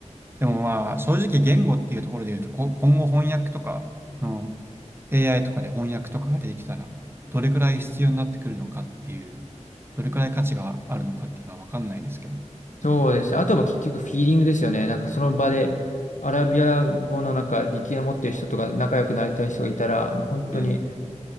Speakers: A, on the right; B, on the left.
A: でもまあ、正直言語っていうところで言うと、こ、今後翻訳とか、その AI とかで翻訳とかが出てきたら、どれくらい必要になってくるのかっていう、どれくらい価値があるのかっていうのはわかんないですけど。
B: そうですね。あとは結局フィーリングですよね。なんかその場でアラビア語のなんか力を持ってる人とか仲良くなりたい人がいたら、もう本当に、
A: うん。